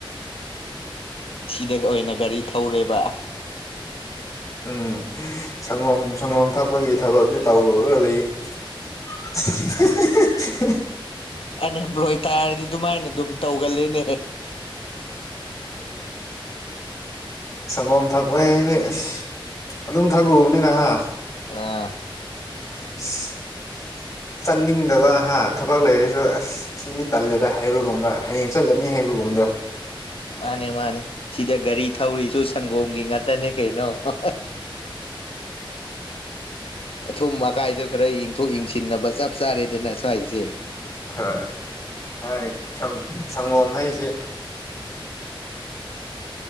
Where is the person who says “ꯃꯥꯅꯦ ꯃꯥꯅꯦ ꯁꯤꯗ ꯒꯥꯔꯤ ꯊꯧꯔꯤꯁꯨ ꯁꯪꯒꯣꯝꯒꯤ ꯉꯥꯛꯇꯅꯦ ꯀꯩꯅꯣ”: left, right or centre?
Left